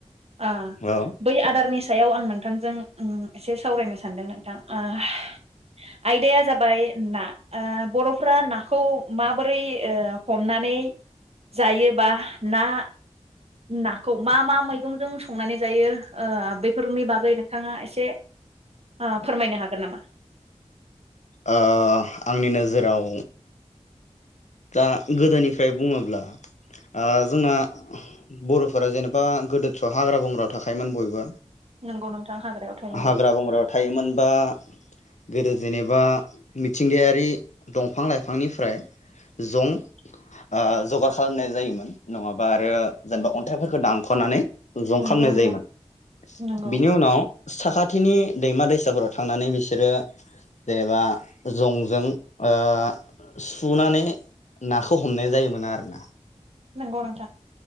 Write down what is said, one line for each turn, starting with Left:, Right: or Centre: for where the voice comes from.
Right: ओ
Left: औ ओ
Right: बै आदारनि सा सायाव आं नोंथांजों ओम एसे सावरायनो सानदों नोंथां ओ आयदाया जाबाय ना ओ बर'फ नाखौ माबोरै ओ हमनानै जायोबा ना नाखौ मा मा मैगंजों संनानै जायो ओ बै फोरनि बागै नोंथाङा एसे ओ फोरमायनो हागोन नामा?
Left: ओ आंनि नोजोराव दा गोदोनिफ्राय बुङोब्ला ओ जोंना बर'फोरा जेनेबा गोदोथ' हाग्रा बंग्रायाव थाखायोमोन बयबो
Right: नंगौ नोंथां हाग्रायाव थायोमोन
Left: हाग्रा बंग्रायाव थायोमोन बा गोदो जेनेबा मिथिंगायारि दंफां लाइफांनिफ्राय। जं ओ जगार खालामनाय जायोमोन नङाबा आरो जेनेबा अन्थाइफोरखौ दानख'नानै जं
Right: नंगौ
Left: खालामनाय
Right: नोंथां
Left: जायोमोन
Right: नंगौ
Left: बिनि उनाव। साखाथिनि दैमा दैसाफोराव थांनानै बिसोरो जेनेबा जंजों ओ सुनानै नाखौ हमनाय जायोमोन आरो ना।
Right: नोंगौ नोंथां।